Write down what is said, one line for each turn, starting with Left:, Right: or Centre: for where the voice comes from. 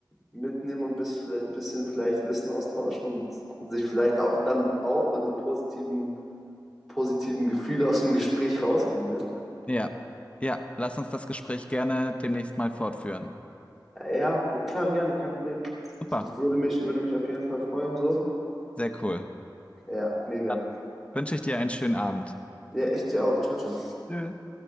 Centre: mitnehmen und ein bis, bisschen vielleicht Wissen austauschen und sich vielleicht auch dann auch mit einem positiven, positiven Gefühl aus dem Gespräch rausgehen, ne?
Left: ja, ja. Lass uns das Gespräch gerne demnächst mal fortführen.
Centre: Ja, klar, gerne, kein Problem.
Left: Super,
Centre: Würde mich, würde mich auf jeden Fall freuen, so.
Left: sehr cool.
Centre: Ja, mega.
Left: Dann wünsche ich dir einen schönen Abend.
Centre: Ja, ich dir auch. Ciao, ciao.
Left: Tschüss.